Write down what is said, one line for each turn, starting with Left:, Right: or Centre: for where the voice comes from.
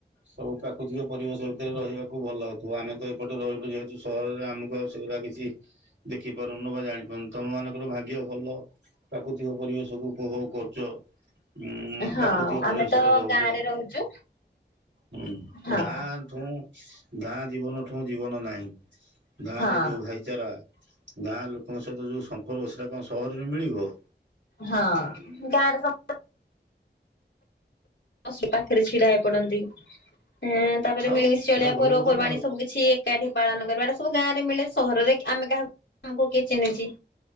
Right: ସବୁ ପ୍ରାକୃତିକ ପରିବେଶ ଭିତରେ ରହିବାକୁ ଭଲ ହଉଥିବ ଆମେ ତ ଏପଟେ ରହିଲୁ ଯେହେତୁ ସହରରେ ଆମକୁ ଆ ସେଉରା କିଛି ଦେଖି ପାରୁନୁ ବା ଜାଣି ପାରୁନୁ ତମ ମାନଙ୍କର ଭାଗ୍ୟ ଭଲ ପ୍ରାକୃତିକ ପରିବେଶ କୁ ଉପଭୋଗ କରୁ ଚ ଉଁ
Left: ହଁ
Right: ପ୍ରାକୃତିକ ପରିବେଶରେ
Left: ଆମେ ତ
Right: ରହୁଛ
Left: ଗାଁ ରେ ରହୁଛୁ
Right: ହୁଁ
Left: ହଁ
Right: ଗାଁ ଠୁଁ ଗାଁ ଜୀବନ ଠୁ ଜୀବନ ନାହିଁ ଗାଁ
Left: ହଁ
Right: ରେ ଯୋଉ ଭାଇ ବିଚାରା ଗାଁ ଲୋକଙ୍କ ସହିତ ଯୋଉ ସମ୍ପର୍କ ସେଟା କଣ ସହରରେ ମିଳିବ
Left: ହଁ ଗାଁରେ ସବୁ ଅ ସି ପାଖରେ ଛିଡା ହେଇ ପଡନ୍ତିଁ ତାପରେ ଏ ତାପରେ
Right: ଆଉ
Left: ମିଳିମିଶି
Right: ସେଟା
Left: ଅଳିଆ
Right: ଭଲ
Left: ପର୍ବପର୍ବାଣୀ
Right: କଥା ନା ଆଉ।
Left: ସବୁ କିଛି ଛି ଏକାଠି ପାଳନ କରିବା ଏଟା ସବୁ ଗାଁରେ ମିଳେ ସହରରେ କି ଆମେ କାହାକୁମକୁ କିଏ ଚିହ୍ନିଛି